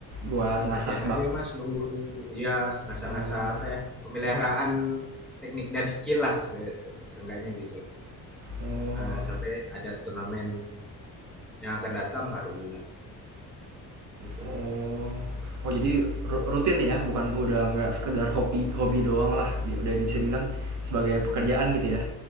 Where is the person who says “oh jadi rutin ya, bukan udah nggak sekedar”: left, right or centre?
Right